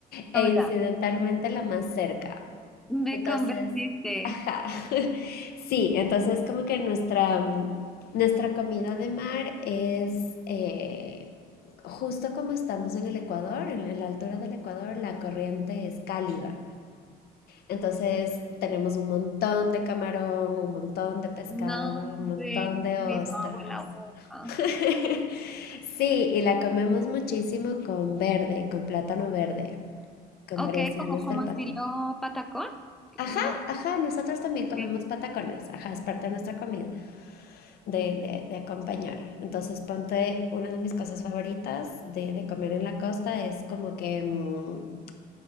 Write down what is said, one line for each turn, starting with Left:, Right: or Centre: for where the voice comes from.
Left: e incidentalmente
Centre: ya.
Left: la más cerca.
Centre: Me
Left: Entonces,
Centre: convenciste.
Left: ajá. <laughs> Sí, entonces como que nuestra, mm, nuestra comida de mar es eh, justo como estamos en el Ecuador, en la altura del Ecuador, la corriente es cálida. Entonces tenemos un montón de camarón, un montón de pescado,
Centre: No,
Left: un montón
Centre: Deli,
Left: de
Centre: me
Left: ostras.
Centre: hizo agua en la boca.
Left: <laughs> Sí, y la comemos muchísimo con verde, con plátano verde, con
Centre: Ok,
Left: variaciones
Centre: como, como
Left: del plátano.
Centre: estilo patacón.
Left: Ajá,
Centre: No,
Left: ajá, nosotros también
Centre: ok,
Left: comemos patacones, ajá, es parte de nuestra comida, de, de, de acompañar. Entonces, ponte una de mis cosas favoritas de, de comer en la costa es como que mm,